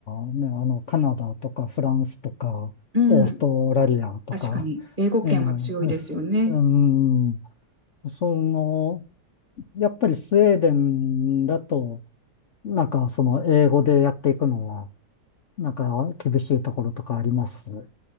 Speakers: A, on the left (about 55°); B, on the right (about 30°).
A: は、ね、あの、カナダとかフランスとか、
B: うん。
A: オーストラリアとか、
B: 確かに、英語圏は強いですよね。
A: えー、<laughs> うん。その、やっぱりスウェーデンだと、なんかその英語でやっていくのは、なんか厳しいところとかあります